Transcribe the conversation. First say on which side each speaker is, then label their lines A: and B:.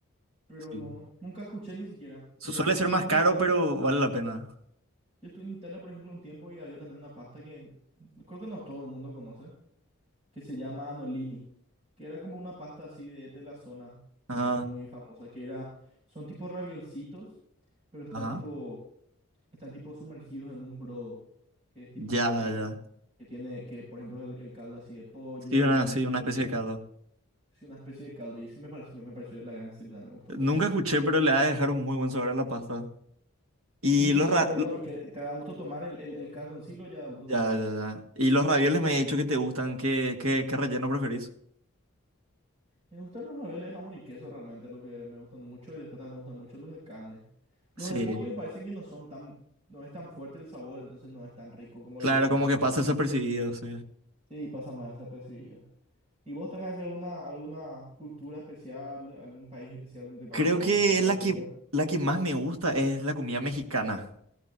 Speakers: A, on the right; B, on the right.
A: Pero
B: Sí.
A: no, no, nunca escuché ni siquiera.
B: Su-
A: Eh,
B: suele ser
A: yo
B: más
A: estuve
B: caro,
A: en Italia,
B: pero vale la pena.
A: yo estuve en Italia, por ejemplo, un tiempo y había también una pasta que n- creo que no todo el mundo conoce, que se llama anolini, que era como una pasta así de, de la zona,
B: Ah,
A: que era muy famosa, que era, son tipo raviolcitos, pero están
B: ajá.
A: tipo, están tipo sumergidos en un brodo, que es tipo,
B: Ya, ya.
A: que tiene, que por ejemplo es el, el caldo así de pollo
B: Sí, una,
A: y de
B: sí,
A: unas
B: una
A: verduras.
B: especie de caldo.
A: Sí, una especie de caldo y ese me pareció me, me pareció de la gran siete, me gustó
B: Nunca
A: muchísimo.
B: escuché, pero le ha de dejar un muy buen sabor a la pasta. Y
A: Sí, sí,
B: lo,
A: sí,
B: ra-
A: no, y no, y que te da gusto tomar el, el, el caldo en sí, lo ya da gusto tomar.
B: Ya, ya, ya. Y los ravioles me he dicho que te gustan. ¿Qué, qué, qué relleno preferís?
A: Me gustan los ravioles de jamón y queso realmente, los que me gustan mucho, y después también me gustan mucho los de carne. Los
B: Sí,
A: de pollo me parecen que no son tan, no es tan fuerte el sabor, entonces no es tan rico como
B: claro,
A: el de carne
B: como que
A: o
B: pasa
A: el de
B: desapercibido,
A: jamón.
B: sí.
A: Sí, pasa más desapercibido. ¿Y vos tenés así alguna, alguna cultura especial, algún país especial donde te parezca
B: Creo
A: más
B: que
A: rica
B: la
A: la comida?
B: que, la que más me gusta es la comida mexicana.